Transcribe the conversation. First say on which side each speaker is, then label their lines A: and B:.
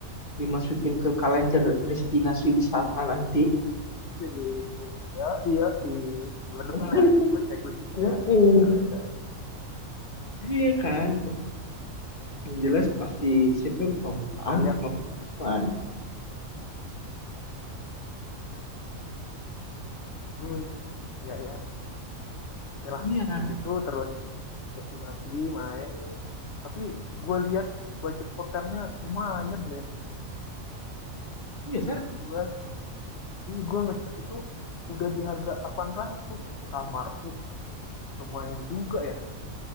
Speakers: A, on the left (about 40°); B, on the left (about 55°).
A: dimasukin ke kalender destinasi wisata nanti.
B: Iya, iya, di bulan
A: <laughs>
B: depan ya, gue checklist juga
A: Ya,
B: ini
A: eh.
B: kalender
A: Iya kan? Uh, yang jelas pasti sipnya pembukaan
B: kalian.
A: sama penutupan.
B: Hmm, ya ya. oke lah
A: Iya,
B: kayak gitu terus destinasi main tapi gue lihat budget hotelnya lumayan deh
A: iya sah.
B: gue ih gue ngecek itu udah di harga 800 satu kamar wih lumayan juga ya